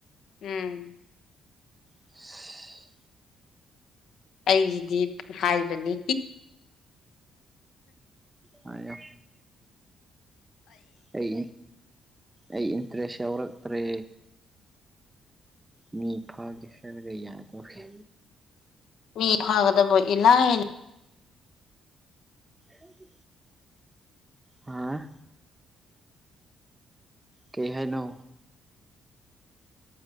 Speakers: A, on the left; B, on the right.
A: ꯎꯝ
B: <unintelligible>
A: ꯑꯩꯒꯤꯗꯤ ꯍꯥꯏꯕꯅꯤ
B: ꯍꯥꯏꯣ ꯑꯩ ꯑꯩ ꯏꯟꯇꯔꯦꯁ ꯌꯥꯎꯔꯛꯇ꯭ꯔꯦ ꯃꯤ ꯐꯥꯒꯦ ꯍꯥꯏꯔꯒ ꯌꯥꯗꯒꯦ
A: ꯃꯤ ꯍꯥꯏꯗꯕ ꯏꯂ ꯏ
B: ꯎ ꯍꯥꯥ ꯀꯩ ꯍꯥꯏꯅꯣ